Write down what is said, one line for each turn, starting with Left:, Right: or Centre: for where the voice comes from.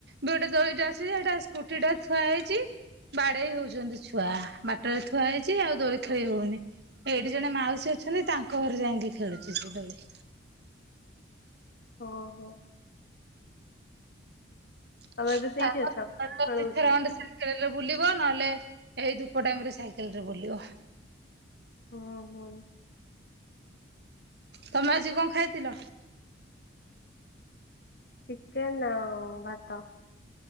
Right: ଦୁଇଟା ଦୋଳିଟା ଅଛି, ହେଇଟା ସ୍କୁଟି ଟା ଥୁଆ ହେଇଛି। ବାଡେଇ ହଉଛନ୍ତି ଛୁଆ। ବାଟରେ ଥୁଆ ହେଇଛି, ଆଉ ଦୋଳି ଖେଳି ହଉନି। ଏଇଠି ଜଣେ ମାଉସୀ ଅଛନ୍ତି, ତାଙ୍କ ଘରେ ଯାଇକି ଖେଳୁଛି ସେ ଦୋଳି।
Left: ଓହୋ। ତମେ
Right: <unintelligible>
Left: ଏବେ ସେଇଠି
Right: ଦି
Left: ଅଛ? ଖେଳଉଛ
Right: ଥର ଖଣ୍ଡେ <unintelligible> ସାଇେଲରେ ବୁଲିବ, ନହେଲେ ଏଇ ଧୂପ ଟାଇମରେ ସାଇକେଲରେ ବୁଲିବ।
Left: ହଁ ହଁ।
Right: ତମେ ଆଜି କଣ ଖାଇଥିଲ?
Left: ଚିକେନ ଆଉ ଭାତ।